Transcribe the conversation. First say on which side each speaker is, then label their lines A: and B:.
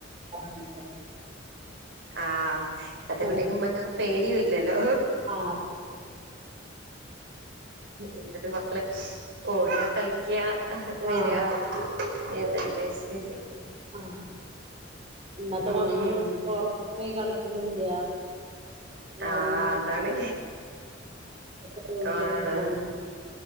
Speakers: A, on the right; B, on the right.
A: <unintelligible>
B: ആഹ് ഇപത്തെ
A: ആഹ്
B: കുട്ടിക്ക് മക്കൊക്കെ പേടിയുംല്ലല്ലോ
A: ആഹ
B: ഇപ്പത്തെ മക്കള് ഓടാ കളിക്കാ വരാ
A: ആഹ്
B: ഏതാല്ലാ ശരി
A: ആഹ ഇന്നത്തെ
B: ഉം
A: മക്കള്പൊറത് പോയി കളിക്കണില്ല ഏഹ്
B: ആഹ അതാണ്
A: <unintelligible>
B: ആഹ്
A: ഫോൺ ടിവി